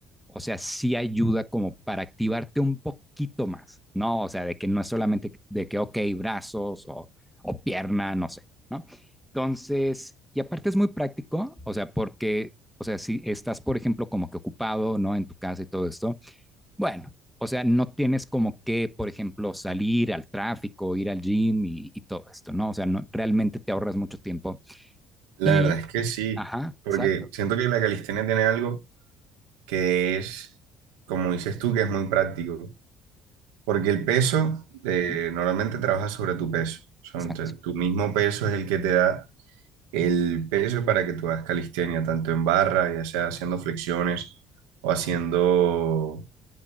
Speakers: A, in the centre; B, on the right.
A: o sea, sí ayuda como para activarte un poquito más, ¿no? O sea, de que no es solamente de que, ok, brazos o, o pierna, no sé, ¿no? Entonces, y aparte es muy práctico, o sea, porque, o sea, si estás, por ejemplo, como que ocupado, ¿no? En tu casa y todo esto, bueno, o sea, no tienes como que, por ejemplo, salir al tráfico, ir al gym y, y todo esto, ¿no? O sea, no, realmente te ahorras mucho tiempo.
B: La
A: Y,
B: verdad es que sí,
A: ajá,
B: porque
A: exacto.
B: siento que la calistenia tiene algo que es, como dices tú, que es muy práctico. Porque el peso, eh,
A: Ujú,
B: normalmente trabajas sobre tu peso. Son,
A: Exacto.
B: te- tu mismo peso es el que te da el peso para que tú hagas calistenia, tanto en barra, ya sea haciendo flexiones o haciendo